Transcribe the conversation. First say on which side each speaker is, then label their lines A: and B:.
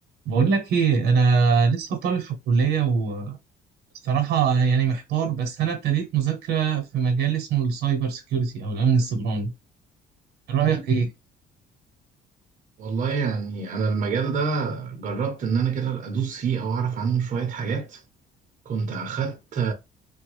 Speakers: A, on the right; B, on the right.
A: بقول لك ايه انا لسه طالب في الكليه وصراحه يعني محتار بس انا ابتديت مذاكره في مجال اسمه السايبر سيكيورتي او الامن السيبراني رايك ايه
B: والله يعني انا المجال ده جربت ان انا كده ادوس فيه او اعرف عنه شوية حاجات كنت اخدت